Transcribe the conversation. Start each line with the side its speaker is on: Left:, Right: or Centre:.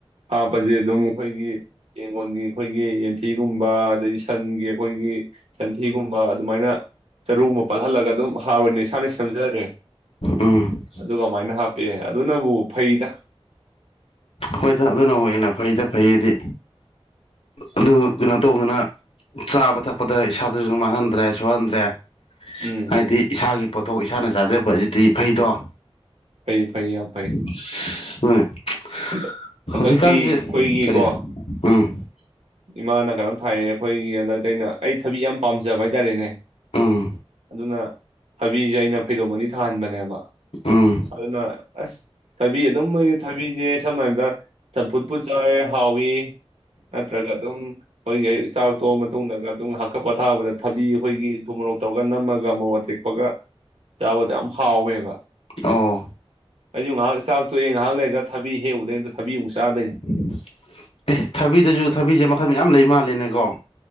Right: ꯍꯥꯥꯄꯗꯤ ꯑꯗꯨꯝ꯫ ꯑꯩꯈꯣꯏꯒꯤ ꯌꯦꯡꯒꯣꯟꯒꯤ ꯑꯩꯈꯣꯏꯒꯤ ꯌꯦꯟꯊꯤꯒꯨꯝꯕ ꯑꯗꯩ ꯁꯟꯒꯤ ꯑꯈꯣꯏꯒꯤ ꯁꯟꯊꯤꯒꯨꯝꯕ ꯑꯗꯨꯃꯥꯏꯅ ꯆꯥꯔꯨ ꯑꯃ ꯄꯠꯍꯜꯂꯒ ꯑꯗꯨꯝ ꯍꯥ ꯑꫭꯏꯅ ꯏꯁꯥꯅ ꯁꯦꯝꯖꯥꯔꯦ
Left: ꯎꯝ
Right: ꯑꯗꯨꯒ ꯑꯃꯥꯏꯅ ꯍꯥꯞ ꯍꯥꯞꯄꯩ ꯑꯗꯨꯅꯕꯨ ꯐꯩꯗ
Left: ꯍꯣꯏꯗ ꯑꯗꯨꯅꯕꯨ ꯍꯦꯟꯅ ꯐꯩꯗ ꯐꯩꯌꯦꯗꯤ ꯑꯗꯨ ꯀꯩꯅꯣ ꯇꯧꯗꯅ ꯆꯥꯕ ꯊꯛꯄꯗ ꯏꯁꯥꯗꯁꯨ ꯃꯥꯡꯍꯟꯗ꯭ꯔꯦ ꯁꯣꯛꯍꯟꯗ꯭ꯔꯦ
Right: ꯎꯝ
Left: ꯍꯥꯏꯗꯤ ꯏꯁꯥꯒꯤ ꯄꯣꯊꯣꯛ ꯏꯁꯥꯅ ꯆꯥꯖꯕ ꯑꯖꯤꯗꯤ ꯐꯩꯗꯣ <inaudible>
Right: ꯐꯩ ꯐꯩ ꯌꯥꯝ
Left: <unintelligible>
Right: ꯍꯟꯗ ꯍꯟꯗꯛꯇꯤ
Left: ꯍꯧꯖꯤꯛꯀꯥꯟꯁꯦ
Right: ꯑꯈꯣꯏꯒꯤꯀꯣ
Left: ꯀꯔꯤ ꯎꯝ
Right: ꯏꯃꯥꯅ ꯀꯩꯅꯣ ꯊꯥꯏꯌꯦ ꯑꯩꯈꯣꯏꯒꯤ ꯍꯟꯗꯛꯇꯤ ꯑꯩꯅ ꯑꯩ ꯊꯕꯤ ꯌꯥꯝ ꯄꯥꯝꯖꯕ ꯍꯥꯏꯇꯥꯔꯦꯅꯦ
Left: ꯎꯝ
Right: ꯑꯗꯨꯅ ꯊꯕꯤꯖꯦ ꯑꯩꯅ ꯐꯩꯗꯣꯝ ꯑꯥꯅꯤ ꯊꯥꯍꯟꯕꯅꯦꯕ
Left: ꯎꯝ
Right: ꯑꯗꯨꯅ ꯑꯁ ꯊꯕꯤ ꯑꯗꯨꯝ ꯊꯕꯤꯖꯦ ꯁꯝꯅ ꯍꯥꯏꯕꯗ ꯆꯝ ꯐꯨꯠꯄꯨ ꯆꯥꯏ ꯍꯧꯋꯤ ꯅꯠꯇ꯭ꯔꯒ ꯑꯗꯨꯝ ꯑꯩꯈꯣꯏꯒꯤ ꯆꯥꯛꯊꯣꯛꯑ ꯃꯇꯨꯡꯗꯒ ꯑꯗꯨꯝ ꯉꯌꯥꯛ <unintelligible> ꯊꯥꯕꯗ ꯊꯕꯤ ꯑꯩꯈꯣꯏꯒꯤ ꯊꯨꯝꯃꯣꯔꯣꯛ ꯇꯧꯒꯅ ꯑꯃ ꯒꯥ ꯃꫭꯔꫭꯛ ꯑꯇꯦꯄꯒ ꯆꯥꯕꯗ ꯌꯥꯝ ꯍꯥꯎꯋꯦꯕ
Left: ꯑꯣ
Right: ꯑꯩꯖꯨ ꯉ ꯆꯥꯛꯇꯣꯛꯑꯦ ꯉꯥꯏꯍꯥꯛ ꯂꯩꯔꯒ ꯊꯕꯤ ꯍꯦꯛꯎꯕꯗꯩ ꯊꯥꯕꯤ ꯑꯃꯨꯛ ꯆꯥꯗꯣꯏꯅꯤ
Left: <unintelligible> ꯑꯦ ꯊꯕꯤꯗꯖꯨ ꯊꯕꯤꯖꯦ ꯃꯈ ꯃꯈꯜ ꯃꯌꯥꯝ ꯂꯩ ꯃꯥꯜꯂꯦꯅꯦꯀꯣ